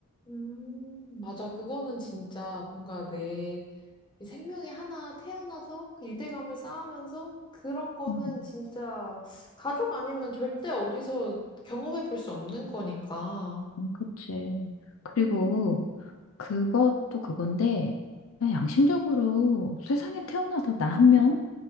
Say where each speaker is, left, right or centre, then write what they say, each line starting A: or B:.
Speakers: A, on the left; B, on the left.
A: 음, 맞아. 그거는 진짜 뭔가 내 생명이 하나 태어나서 그 유대감을 쌓으면서 그런 거는
B: 음,
A: 진짜 가족 아니면 절대 어디서 경험해 볼 수 없는 거니까.
B: 음, 그치. 그리고
A: 음.
B: 그것도 그건데 그냥 양심적으로 세상에 태어나서 나 한 명,